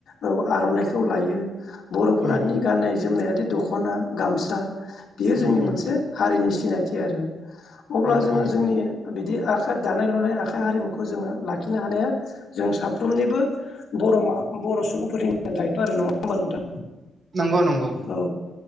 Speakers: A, on the left (about 65°); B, on the right (about 40°).
A: औ आर'नाइ खौ लायो बर'फोरानि
B: उम
A: गाननाय जोमनायादि दख'ना, गामसा बियो जोंनि
B: उम उम
A: मोनसे हारिनि सिनायथि आरो अब्ला
B: उम
A: जोङो
B: उम
A: जोंनि बिदि आखाइ दानाय लुनाय आखाइ हारिमु खौ जोङो लाखिनो हानाया जों साफ्रोमनिबो बर'मा बर' सुबुंफोरनि दायथ' आरो नङा ओमबा नोंथां।
B: नंगौ-नंगौ।
A: औ